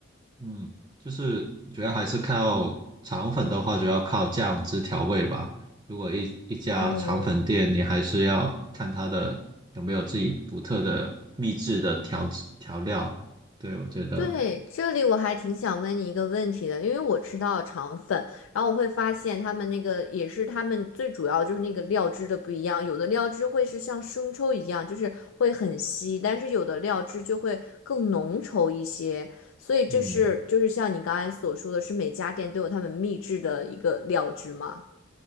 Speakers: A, on the right (about 25°); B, on the left (about 80°).
A: 嗯，就是主要还是靠肠粉的话，主要靠酱汁调味吧。如果一一家肠粉店，
B: 哦，
A: 你还是要看它的有没有自己独特的秘制的调制调料。对，我觉得，
B: 对，这里我还挺想问你一个问题的，因为我吃到肠粉，然后我会发现他们那个也是他们最主要就是那个料汁的不一样，有的料汁会是像生抽一样，就是会很稀，但是有的料汁就会更浓稠一些，所以这是就是像你刚才所说的是每家店都有他们秘制的一个料汁吗？
A: 嗯，